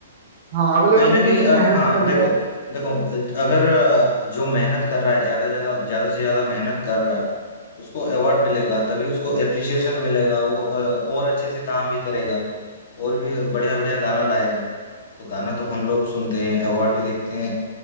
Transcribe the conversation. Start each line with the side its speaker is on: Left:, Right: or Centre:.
Right: हाँ अगले
Left: कहीं
Right: बंदे
Left: ना कहीं
Right: ने इतनी
Left: अ,
Right: मेहनत
Left: हाँ
Right: करी
Left: देखो
Right: है
Left: देखो अगर अ, जो मेहनत कर रहा है ज्यादा ज्यादा ज्यादा से ज्यादा मेहनत कर रहा है उसको अवार्ड मिलेगा तभी उसको एप्रिसिएशन मिलेगा वो अ, और अच्छे से काम भी करेगा और भी बढ़िया बढ़िया गाना लाएगा तो गाना तो हम लोग सुनते हैं अवार्ड भी देखते हैं